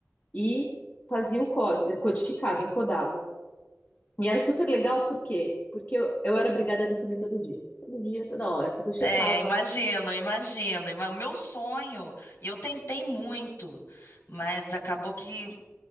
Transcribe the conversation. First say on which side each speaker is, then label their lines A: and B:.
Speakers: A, on the left (about 40°); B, on the left (about 70°).
A: E fazia o código, codificava, encodava. E era super legal, por quê? Porque eu, eu era obrigada a definir todo dia. Todo dia, toda hora, porque eu checava.
B: É, imagino, imagino. Ima- O meu sonho, e eu tentei muito, mas acabou que